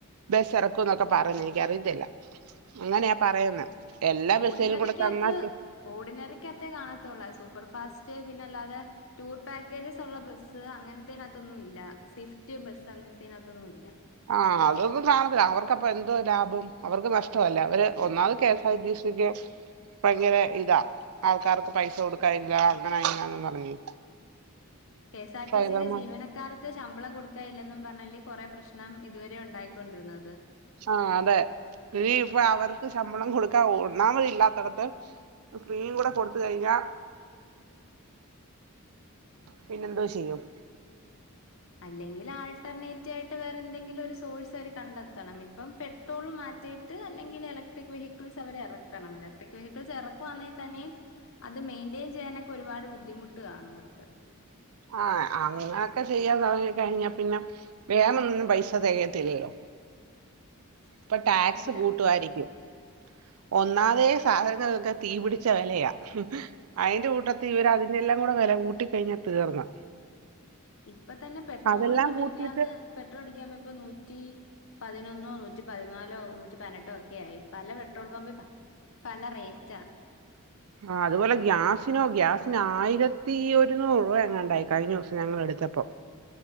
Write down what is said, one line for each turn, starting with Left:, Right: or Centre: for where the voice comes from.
Right: ബ ചെറക്കുന്നൊക്കെ പറയും എനിക്കറിയത്തില്ല അങ്ങനെയാ പറയുന്നെ എല്ലാ
Left: ഓർഡിനറിക്കകത്ത്
Right: ബസ്സിലും കൂടെ തന്നാ കി
Left: ഓർഡിനറിക്കകത്തേ കാണത്തുള്ളൂ സ സൂപ്പർഫാസ്റ്റ് പിന്നെ അല്ലാതെ ടൂർ പാക്കേജസ് ഉള്ള ബസ്സ് അങ്ങനത്തതിനകത്തൊന്നും ഇല്ല സ്വിഫ്റ്റ് ബസ് അങ്ങനത്തെനകത്തൊന്നുല്ല
Right: ആഹ് അതൊന്നും കാണത്തില്ല അവർക്കപ്പോ എന്തോ ലാഭം അവർക്ക് നഷ്ട്ടല്ലേ അവര് ഒന്നാമത് K S R T C <unintelligible> ഭയങ്കര ഇതാ ആൾക്കാർക്ക് പൈസ കൊടുക്കാനില്ലാ അങ്ങനെ ഇങ്ങനെന്ന് പറഞ്ഞ്
Left: കെ എസ് ആർ
Right: ഡ്രൈവർമാർ
Left: ടി സിയിലെ ജീവനക്കാർ ശമ്പളം കൊടുക്കാ ഇല്ലെന്നും പറഞ്ഞാല്ലേ കൊറെേ പ്രശ്നം ഇതുവരെ ഉണ്ടായിക്കൊണ്ടിരുന്നത്
Right: ആഹ് അതെ ഈ ഇപ്പൊ അവർക്ക് ക്ക് ശമ്പളം കൊടുക്കാ ഒന്നാമതില്ലാത്തടത്ത് ഫ്രീ കൂടെ കൊടുത്ത കഴിഞ്ഞാ
Left: <inaudible>
Right: പിന്നെന്തോ ചെയ്യും
Left: അല്ലെങ്കിൽ ആൾട്ടർനേറ്റയിട്ട് വേറെ എന്തെങ്കിലും ഒരു സോഴ്സ് അവര് കണ്ടെത്തണം ഇപ്പം പെട്രോള മാ മാറ്റിട്ട് അല്ലെങ്കിൽ ഇലക്ട്രിക് വെഹിക്കിൾസ് അവരെ ഇറക്കണം ഇലക്ട്രിക് വെഹിക്കിൾസ് ഇറക്കവാന്നെേൽ തന്നെയും അത് മെയിന്റെയിൻ ചെയ്യാനൊക്കെ ഒരുപാട് ബുദ്ധിമുട്ട് കാണും അവർക്ക്
Right: ആഹ് അങ്ങനെയൊക്കെ ചെയ്യാ തുടങ്ങി കഴിഞ്ഞാ പിന്നെ വേറൊന്നുനും പൈസ തികയത്തില്ലല്ലോ
Left: <inaudible>
Right: ഇപ്പൊ ടാക്സ്
Left: ഇല്ല
Right: കൂട്ടു ആയിരിക്കും
Left: <inaudible>
Right: ഒന്നാതെ സാധനങ്ങൾകൊക്കെ തീപിടിച്ച വിലയ അയിന്റെ കൂട്ടത്തി ഇവർ അതിന്റെ എല്ലാം കൂടെ വില കൂട്ടി കഴിഞ്ഞ തീർന്ന്
Left: ഇപ്പൊ തന്നെ പെട്രോളിന്ന്
Right: അതെല്ലാം
Left: മിനിന്നാന്ന്
Right: കൂട്ടിയിട്ട്
Left: പെട്രോൾ അടിക്കാൻ പോയപ്പോ നൂറ്റി പതിനൊന്നോ നൂറ്റി പതിനാലോ നൂറ്റി പതിനെട്ടോ ഒക്കെ ആയി പല പെട്രോൾ പമ്പ് പല റേറ്റ
Right: ആ അതുപോലെ ഗ്യാസിനോ ഗ്യാസിന് ആയിരത്തി ഒരുന്നൂറ് രൂപ എങ്ങാണ്ടായി കഴിഞ്ഞ ദിവസം ഞങ്ങ എടുക്ക ച്ചപ്പോ